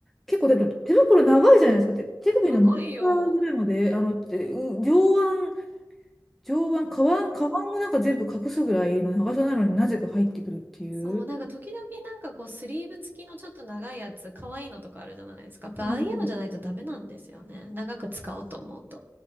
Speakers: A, in the centre; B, on the right.
A: 結構だって手袋長いじゃないですか。手、手首の真ん中ぐらいまで、
B: 長いよ。
A: あの、てう上腕、上腕、下腕、下腕もなんか全部隠すぐらいの長さなのになぜか入ってくるっていう。
B: そう、なんか時々なんかこう、スリーブ付きのちょっと長いやつ、可愛いのとかあるじゃないですか。やっぱああいうのじゃないとダメなんですよね。
A: うん
B: 長く使おうと思うと。